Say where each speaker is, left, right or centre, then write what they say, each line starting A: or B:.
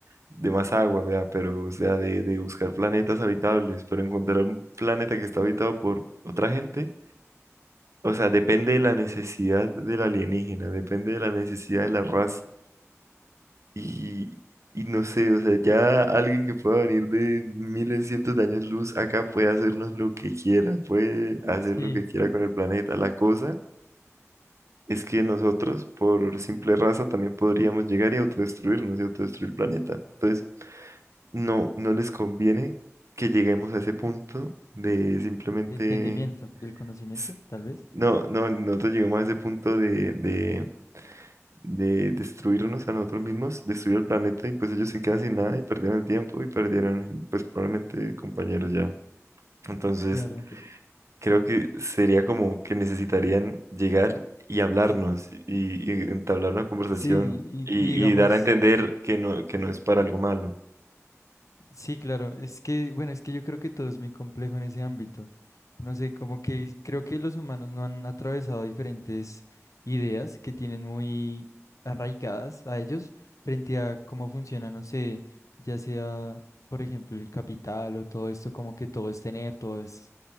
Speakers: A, on the right; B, on the left.
A: de más agua, vea, pero o sea, de, de buscar planetas habitables, pero encontrar un planeta que está habitado por otra gente. O sea, depende de la necesidad del alienígena, depende de la necesidad de la raza. Y, y no sé, o sea, ya alguien que pueda venir de miles, cientos de años luz acá puede hacernos lo que quiera, puede hacer
B: Sí,
A: lo que quiera con el planeta. La cosa es que nosotros, por simple raza, también podríamos llegar y autodestruirnos y autodestruir el planeta. Entonces, no, no les conviene que lleguemos a ese punto de simplemente...
B: de entendimiento, del conocimiento,
A: s-
B: tal vez.
A: No, no, nosotros llegamos a ese punto de, de de destruirnos a nosotros mismos, destruir el planeta y pues ellos se quedan sin nada y perdieron el tiempo y perdieron pues probablemente compañeros ya. Entonces
B: Claro.
A: creo que sería como que necesitarían llegar y hablarnos y, y entablar una conversación
B: Sí, y,
A: y,
B: y digamos...
A: y dar a entender que no, que no es para algo malo.
B: Sí, claro, es que, bueno, es que yo creo que todo es muy complejo en ese ámbito. No sé, como que creo que los humanos no han atravesado diferentes ideas que tienen muy arraigadas a ellos frente a cómo funciona, no sé, ya sea, por ejemplo, el capital o todo esto, como que todo es tener, todo es